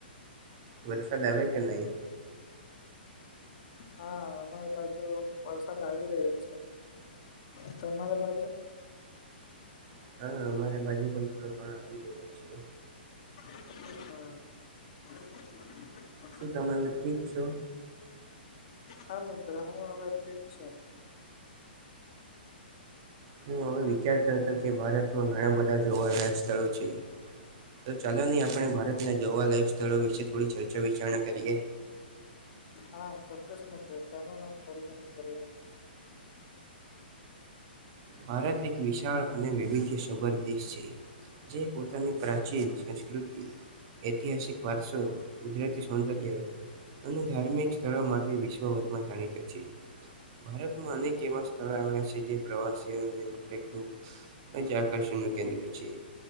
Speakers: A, on the right; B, on the left.
A: વરસાદ આવે કે નહી.
B: હા અમારી બાજુ વરસાદ આવી રહ્યો છે. તમારા બાજુ
A: હા અમારે બાજુ પણ થોડો ઘણો આવી રહ્યો છે.
B: હા.
A: શું તમે વિપરીત છો?
B: હા મિત્ર, હું હવે ફ્રીજ છું.
A: હું હવે વિચારતો હતો કે, ભારતમાં ઘણા બધા જોવા લાયક સ્થળો છે. તો ચાલો ની, આપણે ભારતના જોવા લાઈફ સ્થળો વિશે થોડી ચર્ચા વિચારણા કરીએ.
B: હા ચોક્કસ મિત્ર, ચાલોને થોડી ઘણી કરીએ.
A: ભારત એક વિશાળ અને વૈવિધ્ય સભર દેશ છે. જે પોતાની પ્રાચીન, સંસ્કૃતિ, ઐતિહાસિક. વારસો, કુદરતી સૌંદર્ય. અને ધાર્મિક સ્થળો માટે વિશ્વભરમાં જાણીતો છે. ભારતમાં અનેક એવા સ્થળો આવેના છે, જે પ્રવાસ સીઓ ને માટે ખુબ જ આકર્ષણ નું કેન્દ્ર છે.